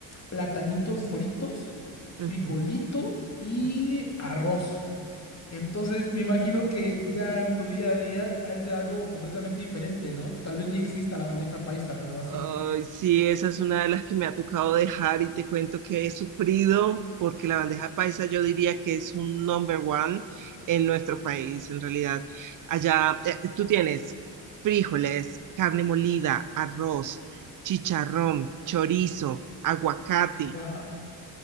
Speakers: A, on the left (about 30°); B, on the right (about 40°).
A: platanitos fritos, frijolito
B: ujú,
A: y
B: ujú.
A: arroz. Entonces me imagino que ya en tu día a día ha de ser algo completamente diferente, ¿no? Tal vez ni exista la bandeja paisa o así.
B: Ay, sí, esa es una de las que me ha tocado dejar y te cuento que he sufrido porque la bandeja paisa yo diría que es un number one en nuestro país, en realidad. Allá eh, tú tienes frijoles, carne molida, arroz, chicharrón, chorizo, aguacate.
A: Wow.